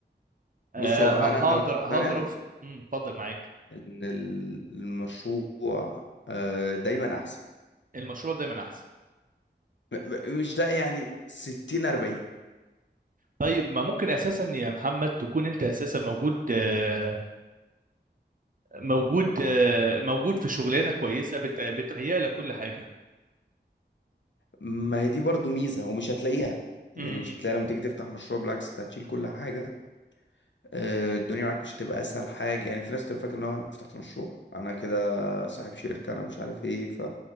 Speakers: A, on the right; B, on the left.
A: آه
B: بص هو
A: ه-
B: انا
A: هقدر
B: انا
A: هقدر
B: مقتنع
A: اوصل مم، اتفضل معاك
B: ان ال- المشروع آه، دايما احسن
A: المشروع دايما احسن
B: م- م- مش ده يعني 60 40
A: طيب ما ممكن اساسا يا محمد تكون انت اساسا موجود آه، موجود آه، موجود في شغلانه كويسه بت- بتهيأ لك كل حاجه
B: ما هي دي برضو ميزة ومش هتلاقيها يعني
A: امم
B: مش هتلاقيها لما تيجي تفتح مشروع بالعكس انت هتشيل كل حاجة آه، الدنيا معاك مش هتبقى اسهل حاجة يعني في ناس بتبقى فاكرة ان هو انا فتحت مشروع انا كده صاحب شركة انا مش عارف ايه ف...